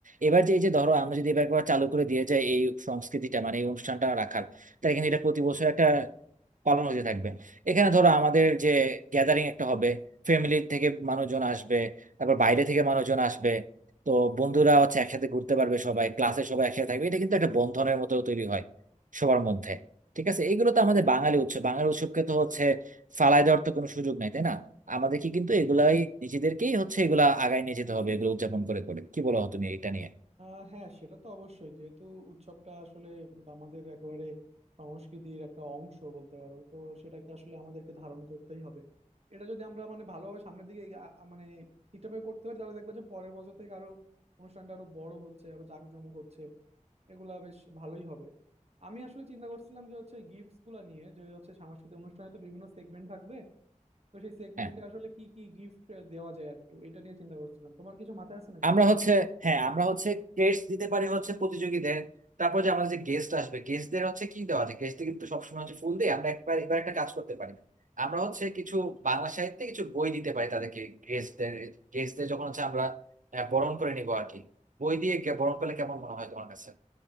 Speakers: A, on the right (about 75°); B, on the right (about 55°).
A: এবার যে এই যে ধরো আমরা যদি এবার একবার চালু করে দিয়ে যাই এই সংস্কৃতিটা মানে এই অনুষ্ঠানটা রাখার তাহলে কিন্তু এটা প্রতি বছর একটা পালন হতে থাকবে এখানে ধরো আমাদের যে গ্যাদারিং একটা হবে ফ্যামিলি থেকে মানুষজন আসবে তারপর বাইরে থেকে মানুষজন আসবে তো বন্ধুরা হচ্ছে একসাথে ঘুরতে পারবে সবাই ক্লাসে সবাই একসাথে থাকবে এটা কিন্তু একটা বন্ধনের মতো তৈরি হয় সবার মধ্যে ঠিক আছে এগুলো তো আমাদের বাঙালি উৎসব বাঙালি উৎসবকে তো হচ্ছে ফালায় দেওয়ার তো কোনো সুযোগ নাই তাই না আমাদের কি কিন্তু এগুলাই নিজেদেরকেই হচ্ছে এগুলা আগায় নিয়ে যেতে হবে এগুলো উদযাপন করে করে কি বলো তুমি এটা নিয়ে
B: আহ হ্যাঁ সেটা তো অবশ্যই যেহেতু উৎসবটা আসলে আমাদের একেবারে সংস্কৃতির একটা অংশ বলতে পারো তো সেটাকে আসলে আমাদেরকে ধারণ করতেই হবে এটা যদি আমরা মানে ভালোভাবে সামনের দিকে এগিয়ে- আ- আ- মানে ঠিকঠাকভাবে করতে পারি তাহলে দেখবো যে পরের বছর থেকে আরো অনুষ্ঠানটা আরো বড় হচ্ছে আরো জাঁকজমক হচ্ছে এগুলা বেশ ভালোই হবে আমি আসলে চিন্তা করছিলাম যে হচ্ছে গিফটস গুলা নিয়ে যে হচ্ছে সাংস্কৃতিক অনুষ্ঠানে তো বিভিন্ন সেগমেন্ট থাকবে তো সেই সেগমেন্টে
A: হ্যাঁ
B: আসলে কি কি গিফট দেওয়া যায় আর কি এটা নিয়ে চিন্তা করছিলাম তোমার কিছু মাথায় আছে নাকি
A: আমরা
B: এই বিষয়ে
A: হচ্ছে হ্যাঁ আমরা হচ্ছে ক্রেস্ট দিতে পারি হচ্ছে প্রতিযোগীদের তারপর যে আমাদের যে গেস্ট আসবে গেস্টদের হচ্ছে কি দেওয়া যায় গেস্টদের কিন্তু সবসময় হচ্ছে ফুল দিয়ে আমরা একবার এবার একটা কাজ করতে পারি আমরা হচ্ছে কিছু বাংলা সাহিত্যে কিছু বই দিতে পারি তাদেরকে গেস্টদের গেস্টদের যখন হচ্ছে আমরা আহ, বরণ করে নিবো আর কি বই দিয়ে কে- বরণ করলে কেমন মনে হয় তোমার কাছে